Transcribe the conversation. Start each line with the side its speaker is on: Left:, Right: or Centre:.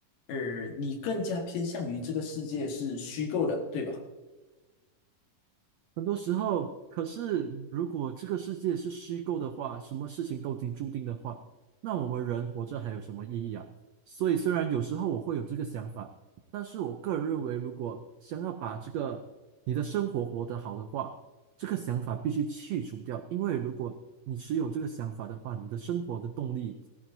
Left: 而你更加偏向于这个世界是虚构的，对吧？
Right: 很多时候，可是如果这个世界是虚构的话，什么事情都已经注定的话，那我们人活着还有什么意义啊？所以，虽然有时候我会有这个想法，但是我个人认为，如果想要把这个你的生活活得好的话，这个想法必须去除掉，因为如果你持有这个想法的话，你的生活的动力